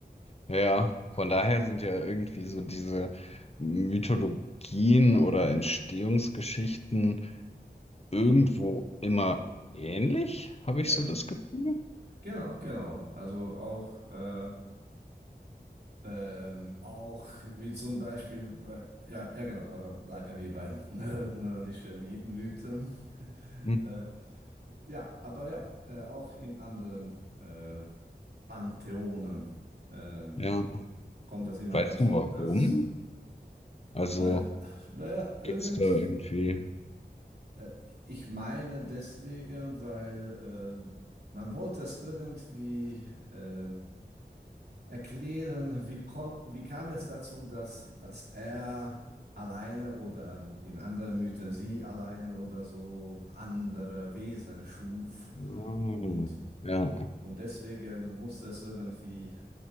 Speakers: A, on the left; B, on the right.
A: Ja, von daher sind ja irgendwie so diese Mythologien oder Entstehungsgeschichten irgendwo
B: ähnlich.
A: immer ähnlich, habe ich
B: Genau,
A: so das Gefühl.
B: genau, genau. Also auch äh, Ähm, auch wie zum Beispiel, weil, ja, ja genau, aber bleiben wir bei <laughs> nör- nördischen My Mythen.
A: Hm.
B: <laughs> äh, ja, aber ja, äh, auch in anderen äh, Pantheonen ähm,
A: Ja.
B: kommt es immer
A: Weißt
B: dazu,
A: du warum?
B: dass,
A: Also
B: naja, naja irgend,
A: gibt's da irgendwie.
B: äh, ich meine deswegen, weil ähm, man wollte es irgendwie ähm, erklären, wie, komm, wie kam es dazu, dass, dass er alleine oder in anderen Mythen sie alleine oder so andere Wesen schuf
A: Hm.
B: und,
A: Ja,
B: und deswegen muss es irgendwie